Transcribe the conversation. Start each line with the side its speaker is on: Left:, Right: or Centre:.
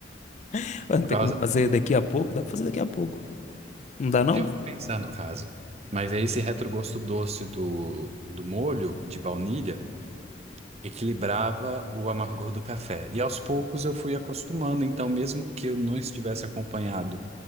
Left: <laughs> Vai, Não
Right: Por
Left: ter como
Right: causa...
Left: fazer daqui a pouco? Dá pra fazer daqui a pouco. Não dá, não?
Right: Eu vou pensar no caso. Mas é esse retrogosto doce do, do molho de baunilha equilibrava o amargor do café. E aos poucos eu fui acostumando, então mesmo que eu não estivesse acompanhado